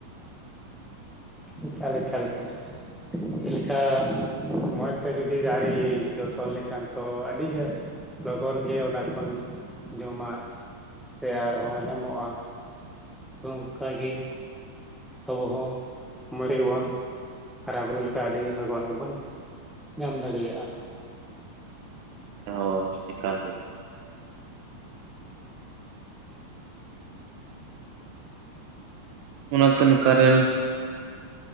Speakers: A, in the centre; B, on the right.
A: ᱮᱠᱟᱞ ᱮᱠᱟᱞ ᱥᱟᱹᱨᱤ ᱪᱮᱜ ᱞᱮᱠᱟ᱾ ᱢᱚᱡᱽ ᱛᱮ ᱡᱩᱫᱤ ᱫᱟᱨᱤ ᱡᱚᱛᱚᱱ ᱞᱮᱠᱷᱟᱱ ᱛᱚ ᱟᱰᱤ ᱡᱟ ᱞᱚᱜᱚᱱ ᱜᱮ ᱚᱱᱟ ᱠᱷᱚᱱ ᱡᱚᱢᱟᱜ ᱥᱮ ᱟᱨᱦᱚᱸ ᱧᱟᱢᱚᱜ-ᱟ᱾ <unintelligible> ᱚᱱᱠᱟᱜᱤ᱾ ᱟᱵᱩ ᱦᱚᱸ ᱢᱚᱡᱽ ᱛᱮᱜᱮᱵᱚᱱ ᱦᱟᱨᱟ ᱵᱩᱨᱩ ᱞᱮᱠᱷᱟ ᱟᱰᱤ ᱞᱚᱜᱚᱱ ᱜᱮᱵᱚᱱ᱾ ᱧᱟᱢ ᱫᱟᱲᱤᱭᱟᱜ-ᱟ᱾
B: ᱦᱚᱸ ᱮᱠᱟᱞᱜᱮ ᱮᱠᱟᱞ᱾ ᱜᱮ ᱚᱱᱟᱛᱮ ᱱᱮᱛᱟᱨᱮᱱ᱾